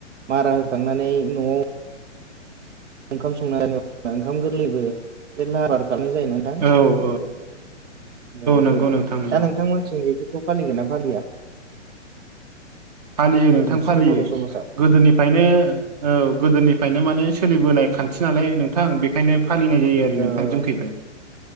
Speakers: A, on the right; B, on the right.
A: मारा होखांनानै न'आव ओंखाम संना जा ओंखाम गोरलैबो लाहारफाहार खालामनाय जायो ना,
B: औ औ
A: नोंथां औ
B: नंगौ
A: औ
B: नोंथां नंगौ
A: दा नोंथांमोनसिम बेफोरखौ फालिगोन ना फालिया?
B: फालियो नोंथां
A: नोंसिनि
B: फालियो।
A: बर' समाजाव
B: गोदोनिफ्रायनो औ गोदोनिफ्रायनो माने सोलिबोनाय खान्थि नालाय नोंथां बेखायनो, फालिनाय जायो आरो
A: औ
B: नोंथां जोंखैबो